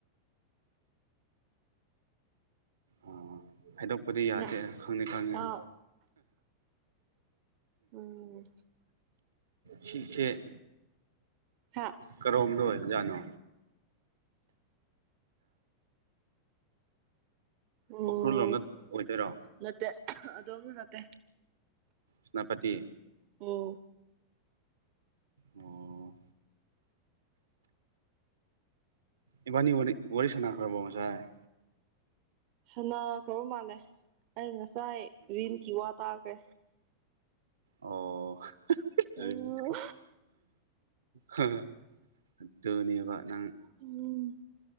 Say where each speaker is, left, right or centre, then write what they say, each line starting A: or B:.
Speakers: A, on the right; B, on the right.
A: ꯑꯣ ꯍꯥꯏꯗꯣꯛꯄꯗꯤ ꯌꯥꯗꯦ
B: ꯅ
A: ꯈꯪꯗꯤ ꯈꯪꯉꯦ ꯑ
B: ꯑꯥ ꯎꯝ
A: ꯁꯤꯁꯦ <inaudible>
B: ꯍꯥ
A: ꯀꯔꯣꯝꯗ ꯑꯣꯏꯕꯖꯥꯠꯅꯣ
B: ꯎꯝ
A: ꯎꯈ꯭ꯨꯔꯜ ꯂꯣꯝꯗ ꯑꯣꯏꯗꯣꯏꯔꯣ
B: ꯅꯠꯇꯦ ꯑꯗꯣꯝꯁꯨ ꯅꯠꯇꯦ
A: ꯁꯦꯅꯥꯄꯇꯤ
B: ꯑꯣ
A: ꯑꯣ ꯏꯕꯥꯅꯤ ꯋꯥꯔꯤ ꯋꯥꯔꯤ ꯁꯥꯅꯈ꯭ꯔꯕꯣ ꯉꯁꯥꯏ
B: ꯁꯅꯥ ꯈ꯭ꯔꯕ ꯃꯥꯜꯂꯦ ꯑꯩ ꯉꯁꯥꯏ ꯔꯤꯟꯀꯤ ꯋꯥ ꯇꯥꯈ꯭ꯔꯦ
A: ꯑꯣ ꯍꯥ ꯍꯥ
B: ꯑꯣ
A: ꯔꯤꯝꯁꯀꯤ ꯍꯥ ꯍꯥ ꯑꯗꯨꯅꯦꯕ ꯅꯪ
B: ꯎꯝ